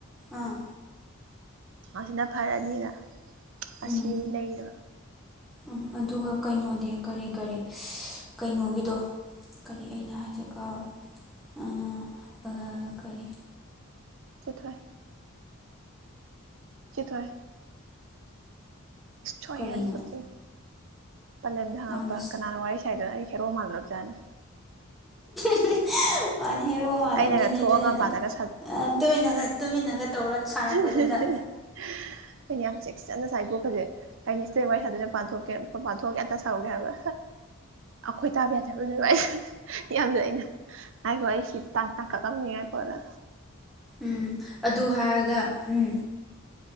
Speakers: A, in the centre; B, on the right.
A: ꯑꯥ
B: ꯁꯤꯅ ꯐꯔꯅꯤꯅ ꯑꯁꯤ
A: ꯎꯝ
B: ꯂꯩꯔꯕ
A: ꯎꯝ ꯑꯗꯨꯒ ꯀꯩꯅꯣꯗꯤ ꯀꯔꯤ ꯀꯔꯤ ꯀꯩꯅꯣꯒꯤꯗꯣ ꯀꯔꯤ ꯑꯩꯅ ꯍꯥꯏꯖ ꯀꯥꯎꯔꯦ ꯀꯔꯤ
B: ꯆꯠꯊꯣꯛ ꯑꯦ ꯆꯠꯊꯣꯏ ꯏꯁ ꯁꯣꯏꯌꯥ
A: ꯀꯔꯤꯅꯣ
B: ꯅꯤ ꯀꯛꯇꯦ ꯄꯂꯦꯝꯗ ꯍꯪꯉꯛꯄ
A: ꯃꯥꯅ
B: ꯀꯅꯥꯅ ꯋꯥꯔꯤ ꯁꯥꯏꯗꯣ ꯑꯩ ꯈꯦꯔꯣ ꯃꯥꯜꯂꯨꯔꯝ ꯆꯅꯤ
A: <inaudible> ꯍꯦꯔꯣ ꯃꯥꯜꯂꯝꯅꯤꯅꯦ
B: ꯑꯩꯅꯒ ꯊꯣꯛꯑꯒ
A: ꯑꯗꯨꯅꯅꯦ
B: ꯃꯄꯥꯟꯗꯒ
A: ꯇꯨꯃꯤꯟꯅ ꯇꯨꯃꯤꯟꯅꯒ ꯇꯧꯔ ꯁꯥꯔꯛꯄꯗꯨꯗ
B: ꯑꯩꯩꯅ ꯌꯥꯝ ꯆꯦꯛ ꯆꯠꯅ ꯆꯥꯏ ꯄꯣꯛꯈꯁꯦ ꯍꯥꯏꯅꯤ ꯏꯁꯇ ꯋꯥꯔꯤ ꯁꯥꯗꯣꯏꯅꯦ ꯃꯄꯥꯟꯊꯣꯛꯀꯦ ꯄꯥꯟꯊꯣꯛꯑꯒꯦ ꯑꯝꯇ ꯁꯥꯎꯔꯧꯒꯦ ꯍꯥꯏꯕ ꯑꯈꯣꯏ ꯇꯥꯕ ꯌꯥꯗꯕ ꯂꯩꯕ ꯑꯩ ꯌꯥꯝꯅ ꯑꯩꯅ ꯉꯥꯏꯈꯣ ꯑꯩ ꯁꯤ ꯇꯥꯡ ꯇꯥꯡꯀꯛ ꯑꯝꯅꯤꯉꯥꯏ ꯀꯣꯟꯅ
A: ꯎꯝ ꯑꯗꯨ ꯍꯥꯏꯔꯒ ꯎꯝ